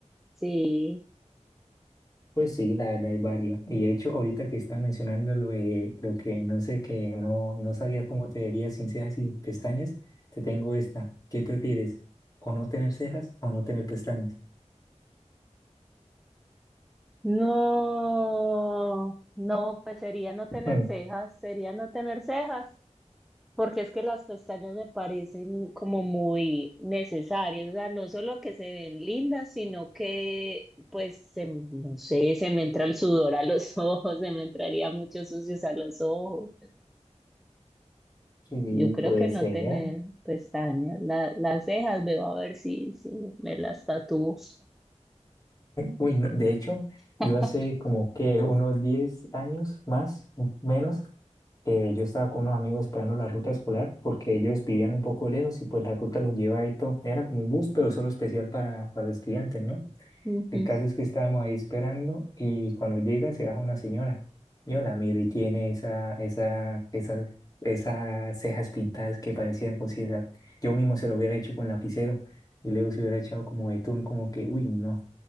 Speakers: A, in the centre; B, on the left.
A: Sí.
B: Pues sí, la verdad hay varios. Y de hecho, ahorita que estaba mencionando lo de lo que no sé, que no, no sabía cómo te verías sin cejas y pestañas, te tengo esta. ¿Qué prefieres? ¿O no tener cejas o no tener pestañas? <laughs>
A: No, no, pues sería no tener
B: Mm,
A: cejas, sería no tener cejas, porque es que las pestañas me parecen como muy necesarias, o sea, no solo que se ven lindas, sino que, pues, se- no sé, se me entra el sudor a los <laughs> ojos, se me entraría mucho sucios a los ojos.
B: Sí,
A: Yo creo
B: pues
A: que no
B: sea.
A: tener pestañas, la- las cejas, veo a ver si, si me las tatúo.
B: Uy, no, de hecho,
A: <laughs>
B: yo hace como que unos 10 años más, menos, eh, yo estaba con unos amigos esperando la ruta escolar porque ellos vivían un poco lejos y pues la ruta los lleva ahí todo. Era como un bus, pero solo especial para, para estudiantes, ¿no?
A: Ujú.
B: El caso es que estábamos ahí esperando y cuando llega se baja una señora. Yo la miro y tiene esa, esa, esas esas cejas pintadas que parecían cositas. Yo mismo se lo hubiera hecho con lapicero y luego se hubiera echado como betún, como que, uy, no,